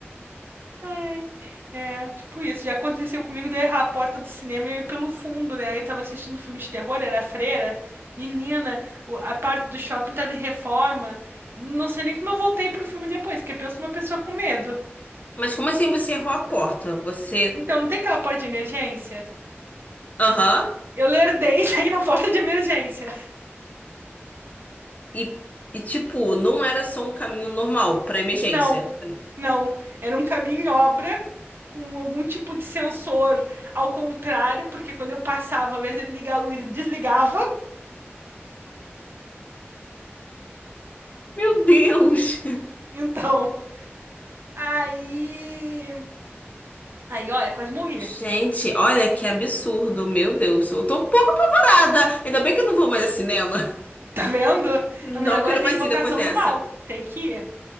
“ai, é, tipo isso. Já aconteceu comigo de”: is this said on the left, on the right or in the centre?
Right